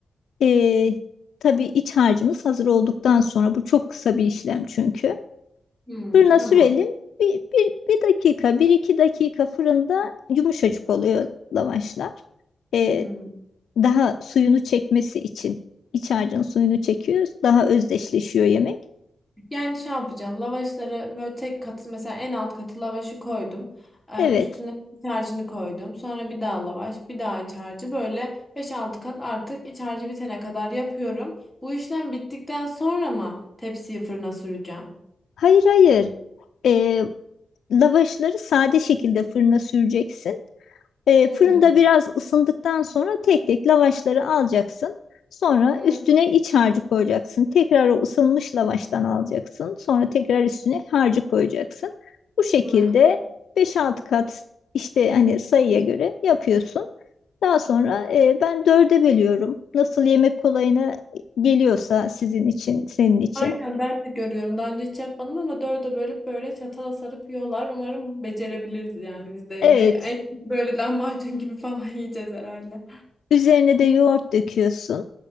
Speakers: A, on the left (about 80°); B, in the centre.
A: E, tabii iç harcımız hazır olduktan sonra bu çok kısa bir işlem çünkü.
B: Hı,
A: Fırına
B: tamam.
A: sürelim. Bir, bir, bir dakika, bir iki dakika fırında yumuşacık oluyor lavaşlar. E,
B: Hı.
A: daha suyunu çekmesi için. İç harcın suyunu çekiyor, Daha özdeşleşiyor yemek.
B: Yani şey yapacağım. Lavaşları böyle tek katı mesela en alt katı lavaşı koydum. Ee,
A: Evet.
B: üstüne iç harcını koydum. Sonra bir daha lavaş, bir daha iç harcı. Böyle beş altı kat artık iç harcı bitene kadar yapıyorum. Bu işlem bittikten sonra mı tepsiyi fırına süreceğim?
A: Hayır hayır. Ee, lavaşları sade şekilde fırına süreceksin. E,
B: Hmm.
A: fırında biraz ısındıktan sonra tek tek lavaşları alacaksın. Sonra
B: Hmm.
A: üstüne iç harcı koyacaksın. Tekrar o ısınmış lavaştan alacaksın. Sonra tekrar üstüne harcı koyacaksın. Bu şekilde
B: hmm.
A: 5-6 kat işte hani sayıya göre yapıyorsun. Daha sonra e, ben dörde bölüyorum. Nasıl yemek kolayına geliyorsa sizin için, senin için.
B: Aynen ben de görüyorum. Daha önce hiç yapmadım ama dörde bölüp böyle çatala sarıp yiyorlar. Umarım becerebiliriz yani biz de yemeği.
A: Evet,
B: En böyle lahmacun gibi falan <laughs> yiyeceğiz herhalde.
A: üzerine de yoğurt döküyorsun.